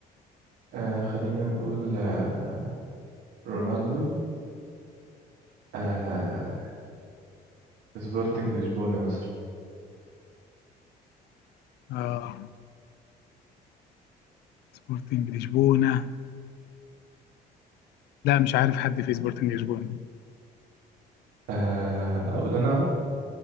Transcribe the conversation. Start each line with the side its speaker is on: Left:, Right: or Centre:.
Right: آه خلينا نقول آه رونالدو آه سبورتنج لشبونة مثلا
Left: اه سبورتنج لشبونه لا مش عارف حد في سبورتنج لشبونه
Right: آه أقول أنا